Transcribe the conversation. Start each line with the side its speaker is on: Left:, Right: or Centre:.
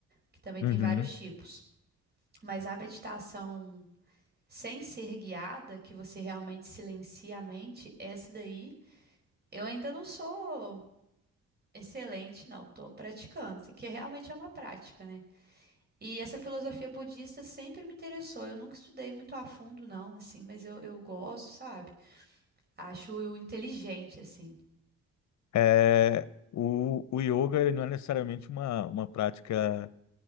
Right: que também tem
Left: Uhum.
Right: vários tipos. Mas a meditação sem ser guiada, que você realmente silencia a mente, essa daí, eu ainda não sou excelente, não. Tô praticando. Isso aqui realmente é uma prática, né? E essa filosofia budista sempre me interessou. Eu nunca estudei muito a fundo, não, assim, mas eu, eu gosto, sabe? Acho inteligente, assim.
Left: É, o, o yoga ele não é necessariamente uma, uma prática